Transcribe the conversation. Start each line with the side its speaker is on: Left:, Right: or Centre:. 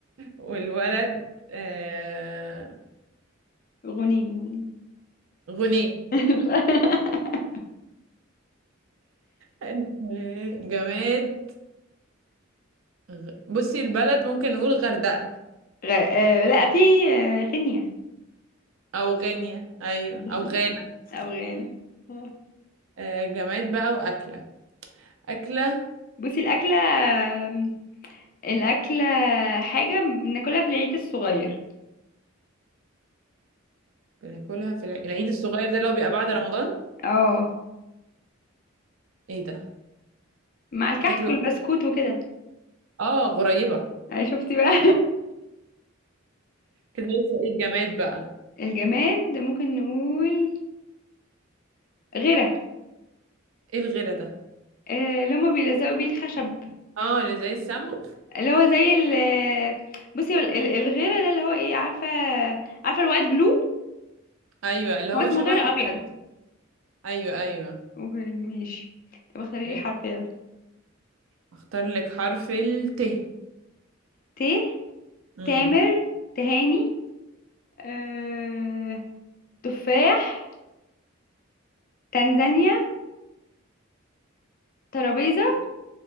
Right: والولد آه
Left: غنيم
Right: غني
Left: <laughs>
Right: آه، جماد غ... بصي البلد ممكن نقول غردقة
Left: غ... آه لا في آه غينيا
Right: أو غينيا أيوة
Left: ماشي
Right: أو غانا
Left: او غانا آه.
Right: آه، جماد بقى وأكلة أكلة
Left: بصي الاكله آم، الاكله حاجه بناكلها في العيد الصغير
Right: بناكلها في الع- العيد الصغير ده اللي هو بيبقى بعد رمضان
Left: اه
Right: ايه ده
Left: مع الكحك
Right: بتاكله
Left: والبسكوت وكده
Right: اه غريبة
Left: انا شفتي بقى
Right: كده لسه ايه الجماد بقى
Left: <laughs> الجماد ممكن نقول غيره
Right: ايه الغيرة ده
Left: آه، اللي هما بيلزقوا بيه الخشب
Right: اه اللي زي السمغ
Left: اللي هو زي ال بصي ال- ال- الغيره ده اللي هو ايه عارفه عارفه الوايت جلو
Right: ايوه اللي
Left: هو
Right: هو
Left: اسمه
Right: شبه
Left: غيره
Right: الأم-
Left: ابيض
Right: ايوه ايوه
Left: اوكي ماشي طب اختاري
Right: ماشي.
Left: لي حرف يلا
Right: اختار لك حرف الت
Left: ت
Right: امم
Left: تامر تهاني آه... تفاح تنزانيا ترابيزة